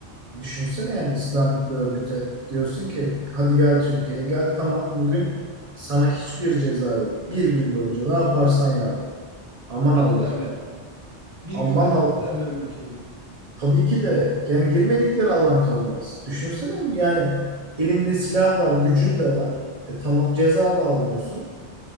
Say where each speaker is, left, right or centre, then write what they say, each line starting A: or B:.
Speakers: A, on the right (about 35°); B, on the right (about 15°).
A: Düşünsene yani İslamik bir örgüte diyorsun ki hadi gel Türkiye'ye gel tamam bugün sana hiçbir ceza yok. Bir gün boyunca ne yaparsan yap. Aman
B: Fethederler.
A: Allah'ım.
B: Bir
A: Aman
B: günde fethederler
A: Allah.
B: ülkeyi.
A: Tabii ki de yani girmedikleri alan kalmaz. Düşünsene yani elinde silah var, gücün de var. E tamam ceza da almıyorsun.